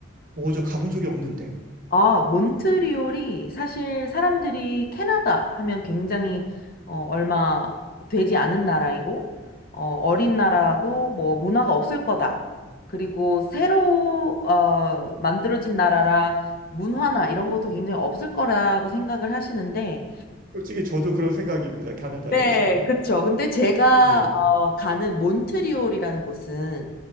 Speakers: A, on the right; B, on the left.
A: 오, 저 가본 적이 없는데.
B: 아, 몬트리올이 사실 사람들이 캐나다 하면 굉장히 어, 얼마 되지 않은 나라이고 어, 어린 나라고 뭐 문화가 없을 거다. 그리고 새로 어, 만들어진 나라라 문화나 이런 것도 굉장히 없을 거라고 생각을 하시는데
A: 솔직히 저도 그런 생각입니다. 캐나다
B: 네,
A: 대해서는.
B: 그쵸. 근데 제가
A: 네.
B: 어, 가는 몬트리올이라는 곳은